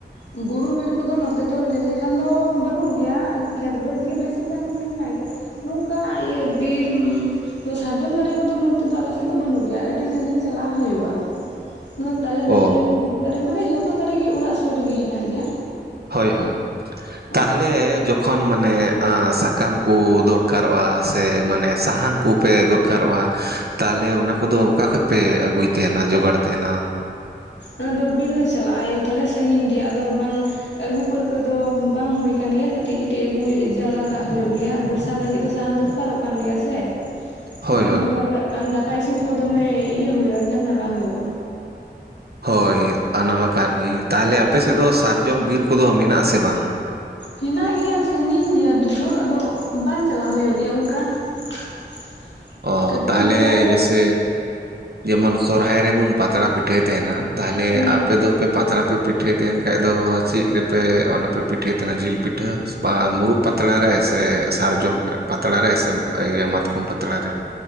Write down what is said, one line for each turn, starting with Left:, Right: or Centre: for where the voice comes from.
Left: ᱵᱩᱨᱩ ᱵᱤᱨ ᱠᱚᱫᱚ ᱱᱚᱛᱮ ᱫᱚ ᱞᱟᱹᱭ ᱞᱮᱠᱷᱟᱱ ᱫᱚ ᱵᱟᱹᱱᱩᱜ ᱜᱮᱭᱟ ᱠᱷᱮᱛ ᱵᱟᱹᱫᱽ ᱜᱮ ᱵᱮᱥᱤ ᱜᱟᱱ ᱜᱮ ᱦᱮᱱᱟᱜ ᱜᱮᱭᱟ᱾ ᱱᱚᱝᱠᱟ ᱤᱭᱟᱹ ᱵᱤᱨ, ᱥᱟᱨᱡᱚᱢ ᱫᱟᱨᱮ ᱠᱚᱫᱚ ᱱᱚᱛᱮ ᱫᱚ ᱟᱞᱮ ᱥᱮᱫ ᱫᱚ ᱵᱟᱹᱱᱩᱜ ᱜᱮᱭᱟ ᱟᱹᱰᱤ ᱥᱟᱸᱜᱤᱧ ᱪᱟᱞᱟᱣ ᱦᱳᱭᱳᱜᱼᱟ᱾ ᱛᱟᱞᱮ ᱫᱟᱨᱮ
Right: ᱚ
Left: ᱠᱷᱤᱡᱩᱨ ᱫᱟᱨᱮ ᱢᱟᱱᱮ ᱡᱷᱚᱛᱚ ᱫᱟᱨᱮ ᱜᱮ ᱚᱲᱟᱜ ᱥᱩᱨ ᱨᱮᱜᱮ ᱦᱮᱱᱟᱜ ᱜᱮᱭᱟ᱾
Right: ᱦᱳᱭ ᱦᱳᱭ, ᱛᱟᱦᱟᱞᱮ
Left: ᱟᱨ
Right: ᱡᱚᱠᱷᱚᱱ ᱢᱟᱱᱮ, ᱥᱟᱠᱟᱢ ᱠᱚ ᱫᱚᱨᱠᱟᱨᱚᱜᱼᱟ ᱥᱮ ᱢᱟᱱᱮ ᱥᱟᱦᱟᱱ ᱠᱚᱯᱮ ᱫᱚᱨᱠᱟᱨᱚᱜᱼᱟ᱾ ᱛᱟᱦᱚᱞᱮ ᱚᱱᱟ ᱠᱚᱫᱚ ᱚᱠᱟ ᱠᱷᱚᱡ ᱯᱮ ᱟᱹᱜᱩᱭ ᱛᱟᱦᱮᱱᱟ ᱡᱚᱜᱟᱲ ᱛᱟᱦᱮᱱᱟ᱾
Left: ᱚᱱᱟ ᱫᱚ ᱵᱤᱨ ᱞᱮ ᱪᱟᱞᱟᱜᱼᱟ ᱟᱭᱩ ᱛᱟᱞᱮ ᱥᱟᱹᱜᱤᱧ ᱜᱮᱭᱟ ᱟᱫᱚ ᱵᱟᱝ, ᱟᱹᱜᱩ ᱯᱟᱹᱨᱠᱟᱹ ᱫᱚ ᱵᱟᱝ ᱦᱩᱭ ᱠᱟᱱ ᱜᱮᱭᱟ ᱠᱟᱹᱴᱤᱡ ᱠᱟᱹᱴᱤᱡ ᱟᱹᱜᱩᱭ ᱡᱟᱣᱨᱟ ᱠᱟᱜ ᱦᱩᱭᱩᱜ ᱜᱮᱭᱟ ᱵᱚᱨᱥᱟ ᱞᱟᱹᱜᱤᱫ ᱫᱚ ᱥᱟᱦᱟᱱ ᱫᱚᱨᱠᱟᱨ, ᱫᱚᱨᱠᱟᱨᱟᱜ ᱠᱟᱱ ᱜᱮᱭᱟ ᱥᱮ?
Right: ᱦᱳᱭ
Left: ᱵᱟᱢ
Right: ᱦᱳᱭ
Left: ᱡᱚᱜᱟᱲ ᱠᱟᱜ ᱠᱷᱟᱱ ᱫᱟᱠᱟ ᱤᱥᱤᱱ ᱠᱚ ᱫᱚᱢᱮ ᱤᱭᱟᱹ ᱦᱩᱭᱩᱜᱼᱟ ᱡᱷᱟᱢᱮᱞᱟ ᱦᱩᱭᱩᱜᱼᱟ᱾
Right: ᱦᱳᱭ ᱚᱱᱟ ᱢᱟ ᱠᱟᱱ ᱜᱮ ᱛᱟᱦᱚᱞᱮ ᱟᱯᱮ ᱥᱮᱫ ᱫᱚ ᱥᱟᱨᱡᱚᱢ ᱵᱤᱨ ᱠᱚᱫᱚ ᱢᱮᱱᱟᱜᱼᱟ ᱥᱮ ᱵᱟᱝ?
Left: ᱦᱮᱱᱟᱜ ᱜᱮᱭᱟ ᱥᱟᱺᱜᱤᱧ ᱜᱮᱭᱟ ᱟᱹᱰᱤ ᱡᱳᱨ ᱟᱫᱚ ᱵᱟᱝ ᱪᱟᱞᱟᱜ ᱦᱩᱭᱩᱜ ᱜᱮᱭᱟ ᱚᱱᱠᱟ᱾ <unintelligible>
Right: ᱚ
Left: ᱠᱟᱹᱴᱤᱡ
Right: ᱛᱟᱦᱚᱞᱮ
Left: ᱪᱟᱞᱟᱜ ᱦᱩᱭᱩᱜ
Right: ᱡᱮᱥᱮ ᱡᱮᱢᱚᱱ ᱥᱚᱨᱦᱟᱭ ᱨᱮᱵᱚᱱ ᱯᱟᱛᱲᱟ ᱯᱤᱴᱷᱟᱹᱭ ᱛᱟᱦᱮᱱᱟ᱾ ᱛᱟᱦᱚᱞᱮ
Left: ᱦᱮᱸ
Right: ᱟᱯᱮ ᱫᱚ? ᱟᱯᱮ ᱯᱟᱛᱲᱟ ᱯᱮ ᱯᱤᱴᱷᱟᱹᱭ ᱛᱟᱦᱮᱱ ᱠᱷᱟᱡ ᱫᱚ ᱪᱮᱫ ᱨᱮᱯᱮ ᱚᱱᱟ ᱯᱮ ᱯᱤᱴᱷᱟᱹᱭ ᱛᱟᱦᱮᱱᱟ ᱡᱤᱞ ᱯᱤᱴᱷᱟᱹ? ᱢᱩᱨᱩᱜ ᱯᱟᱛᱲᱟ ᱨᱮ ᱥᱮ ᱥᱟᱨᱡᱚᱢ ᱯᱟᱛᱲᱟ ᱨᱮ ᱥᱮ ᱤᱭᱟᱹ ᱢᱟᱛᱠᱚᱢ ᱯᱟᱛᱲᱟ ᱨᱮ?